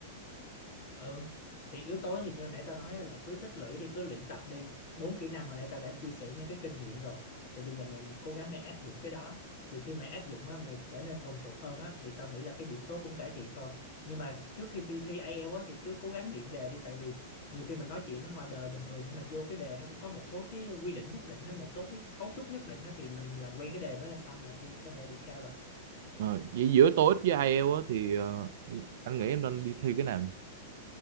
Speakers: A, on the left; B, on the right.
A: ừ thì yếu tố thì như nãy tao nói á, là cứ tích lũy đi cứ luyện tập đi bốn kỹ năng hồi nãy tao đã chia sẻ những cái kinh nghiệm rồi thì bây giờ mình cố gắng mày áp dụng cái đó thì khi mày áp dụng á, mày trở nên thuần thục hơn á thì tao nghĩ là cái điểm số cũng cải thiện thôi nhưng mà trước khi thi thi IELTS á, thì cứ cố gắng luyện đề đi tại vì nhiều khi mình nói chuyện ở ngoài đời bình thường nhưng mà vô cái đề nó cũng có một số cái quy định nhất định á, một số cái cấu trúc nhất định á, thì mình làm quen cái đề nó là xong là thi có thể điểm cao rồi
B: Ờ, gi- giữa TOEIC với IELTS á, thì ờ, anh nghĩ em nên đi thi cái nào